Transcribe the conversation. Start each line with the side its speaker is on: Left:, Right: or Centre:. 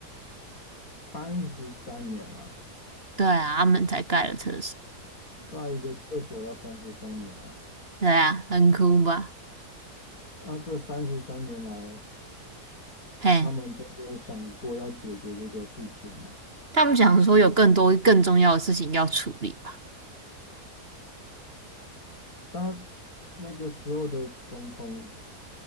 Left: 三十三年啊，
Right: 对啊，他们才盖了厕所。
Left: 盖一个厕所要三十三年啊，
Right: 对啊，很酷吧？
Left: 那这三十三年来，
Right: 嘿，
Left: 他们都没有想过要解决这个事情嘛？
Right: 他们想说有更多更重要的事情要处理吧？
Left: 但那个时候的总统